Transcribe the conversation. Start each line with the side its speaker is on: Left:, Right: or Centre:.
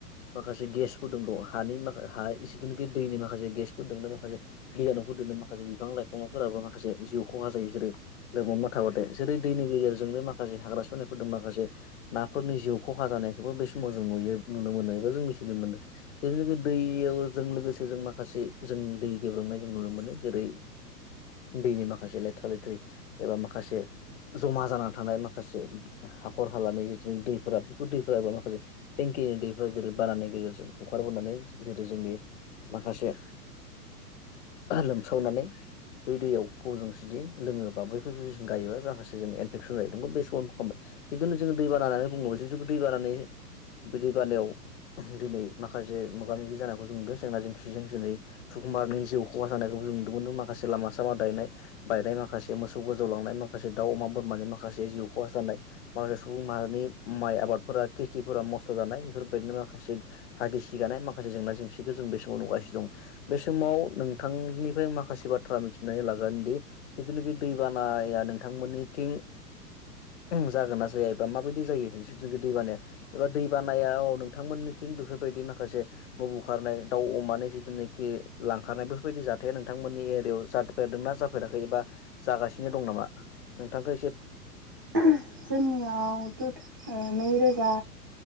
Left: माखासे गेसफोर दों दङ। हानि माख हा इसुखिनि दैनि माखासे गेसफोर दोङो। माखासे बिजानुफोर दोङो। माखासे बिफां लाइ अमाफोराबो माखासे जिउ खहा जायो जेरै लोमहर म थाबादो जेरै दैनि गेजेरजोंनो माखासे हाग्रा सुनाय फोर दं माखासे नाफोरनि जिउ खहा जानायखौबो बे समाव जों नुयो नुनो मोनो एबा जों मिथिनो मोनो। बे <unintelligible> दैयाव जों लोगोसे जों माखासे जों दै गेब्रेंनाय जों नुनो मोनो जेरै दैनि माखासे लेथ्रा लेथ्रि एबा माखासे जमा जानानानै थानाय माखासे हाखर हालानि जेथुनेखि दैफोरा बेफोर दैफोराबा माखासेे टेंकि किनि दैफोरा जेरै बानानि गेजेरजों बुखारबोनानै जेरै जोंनि माखासे लोमसावनानै बै दैयाव कजों जुदि लोङो बा बैखौ जुदि जों गायोबाय माखासे जों इनफेकसन जायो नंगौ बे सम खालामबाय जिदुनो जोङो दैबाना होननानै बुङो जिदु दै दै बानानि बि दै बानायाव दिनै माखासे मोगा मोगि जानायखौ जों नुदो। जेंना जेंसिजों दिनै सुबुंमाहारिनि जिउ खहा जानायखौ नुनो मोनदोंमोन माखासे लामा लामा दायनाय बायनाय माखासे मोसौ गोजौ लांनाय माखासे दाउ अमा बोरमानि माखासे जिउ खहा जानाय माखासे सुबुं माहारिनि माइ आबादफोरा खेथिफोरा नस्थ' जानाय बेफोरबायदिनो माखासे हागि सिगानाय माखासे जेंना जेंसिखौ जों बे समाव नुगासिनो दं बे समाव नोंथांनि। बेफ्राय माखासे बाथ्रा मिथिं। सुनानै लागोन दि जिथुनाखि दै बानाया नोंथांमोननिथिं। उ जागोन ना जाया एबा माबायदि जायो जिथुखि दै बानाया एबा दै बानायाव नोंथांमोननि। थिं बेफोरबायदि माखासे न' बुखारनाय दाउ अमानि जिथुनोखि लांखारनाय बेफोरबायदि जाथाया नोंथांमोन। मोननि एरियायाव जाफेरदोंना जाफेराखै एबा जागासिनो दं नामा? नोंथांखौ एसे
Right: जोंनि आवथु ओ नैरोजा